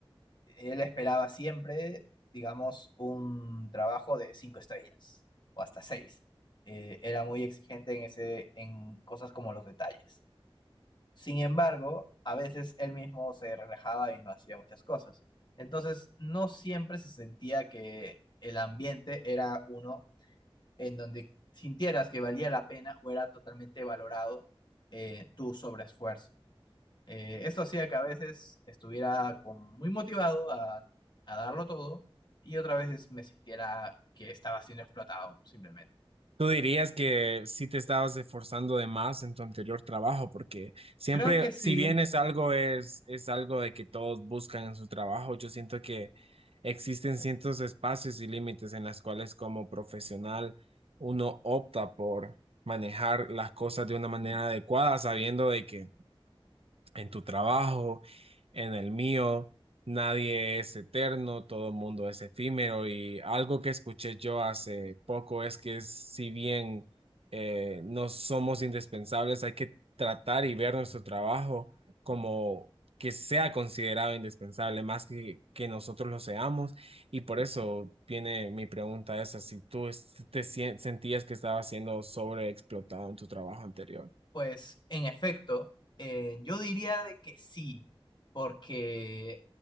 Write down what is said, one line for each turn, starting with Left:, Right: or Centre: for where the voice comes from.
Left: él esperaba siempre, digamos, un trabajo de cinco estrellas o hasta seis. Eh, era muy exigente en ese, en cosas como los detalles. Sin embargo, a veces él mismo se relajaba y no hacía muchas cosas. Entonces, no siempre se sentía que el ambiente era uno en donde sintieras que valía la pena o era totalmente valorado eh, tu sobreesfuerzo. Eh, eso hacía que a veces estuviera con- muy motivado a, a darlo todo y otras veces me sintiera que estaba siendo explotado, simplemente.
Right: Tú dirías que sí te estabas esforzando de más en tu anterior trabajo, porque siempre,
Left: Creo que sí,
Right: si bien es algo, es, es algo de que todos buscan en su trabajo, yo siento que existen ciertos espacios y límites en los cuales como profesional uno opta por manejar las cosas de una manera adecuada, sabiendo de que en tu trabajo, en el mío. Nadie es eterno, todo el mundo es efímero y algo que escuché yo hace poco es que si bien eh, no somos indispensables, hay que tratar y ver nuestro trabajo como que sea considerado indispensable más que, que nosotros lo seamos y por eso viene mi pregunta esa, si tú es- te sien- sentías que estabas siendo sobreexplotado en tu trabajo anterior.
Left: Pues en efecto, eh, yo diría de que sí, porque